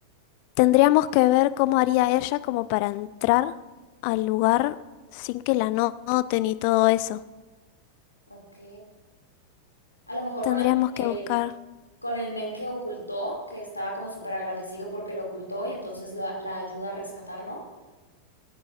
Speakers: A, on the left; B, on the left.
A: tendríamos que ver cómo haría ella como para entrar al lugar sin que la no- noten y todo eso.
B: Ok. A lo mejor
A: Tendríamos
B: con el que,
A: que buscar,
B: con el men que ocultó, que estaba como súper agradecido porque lo ocultó y entonces la, la ayuda a rescatarlo